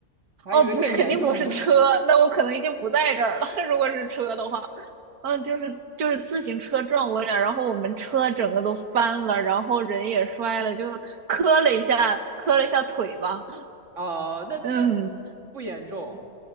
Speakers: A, on the right; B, on the right.
A: 我还以为更严重呢。
B: 哦，不是，肯定不是车，那我可能已经不在这儿了。<laughs> 如果是车的话，嗯，就是就是自行车撞我俩，然后我们车整个都翻了，然后人也摔了，就磕了一下，磕了一下腿吧。
A: <laughs> 哦，那那
B: 嗯
A: 不严重，